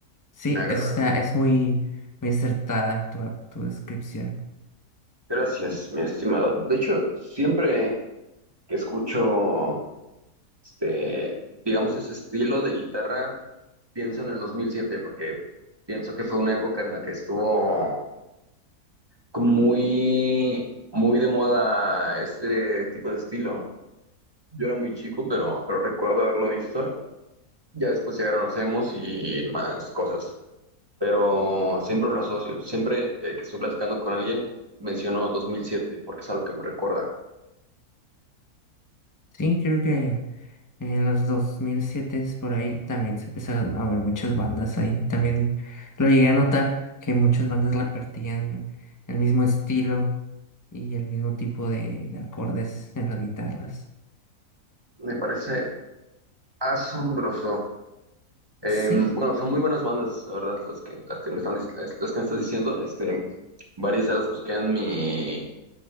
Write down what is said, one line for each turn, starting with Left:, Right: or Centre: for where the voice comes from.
Left: Sí,
Right: me agrada.
Left: eso está, es muy, muy acertada tu, tu descripción.
Right: Gracias, mi estimado. De hecho, siempre que escucho, este, digamos, ese estilo de guitarra, pienso en el 2007, porque pienso que fue una época en la que estuvo como muy, muy de moda este tipo de estilo. Yo era muy chico, pero, pero recuerdo haberlo visto. Ya después llegaron los emos y más cosas. Pero siempre lo asocio. Siempre eh, que estoy platicando con alguien, menciono 2007 porque es algo que me recuerda.
Left: Sí, creo que en los 2007 por ahí también se empezaron a ver muchas bandas ahí. También lo llegué a notar que muchas bandas repartían el mismo estilo y el mismo tipo de, de acordes en las guitarras.
Right: Me parece asombroso. Eh,
Left: Sí,
Right: bueno, son muy buenas bandas, la verdad, las que, las que me están, dis- las, las que me estás diciendo. Este, varias ya las busqué en mi,